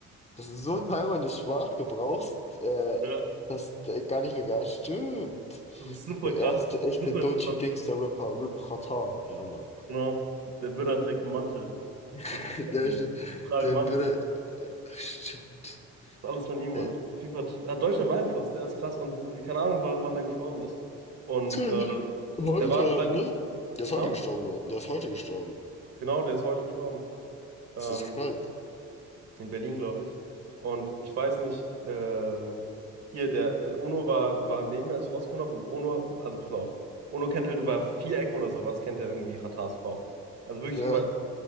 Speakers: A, on the left; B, on the right.
A: Das ist so ein Teil meines Sprachgebrauchs, äh,
B: Ja,
A: das äh, gar nicht mehr gar stimmt.
B: das ist super
A: Der
B: krass.
A: erste echte
B: Super
A: deutsche
B: interessant.
A: Gangster-Rapper, Rip Ratar. Ja, Mann.
B: Genau. Der Buddha trägt einen Mantel.
A: <laughs>
B: Das ist
A: Der
B: auch cool.
A: stimmt.
B: Ich trage
A: Der
B: Mantel.
A: würde. äh, Ach, stimmt.
B: Das ist alles von ihm,
A: Äh,
B: Mann. Typ hat, hat Deutschland beeinflusst, der ist krass. Und keine Ahnung, wa- wann der gestorben ist. Und
A: sorry,
B: äh,
A: ich- heute
B: der war anscheinend.
A: halt, ne? Der ist
B: Ja,
A: heute gestorben, Bro. Der ist heute gestorben.
B: genau, der ist heute gestorben.
A: Das
B: Ähm,
A: ist krank.
B: in Berlin, glaube ich. Und ich weiß nicht, ähm, hier der äh, Ono war, war neben mir, als ich rausgekommen habe. Und Ono, also pass auf, Ono kennt halt über vier Ecken oder sowas, kennt er irgendwie Ratars Frau. Also wirklich
A: Ja.
B: über.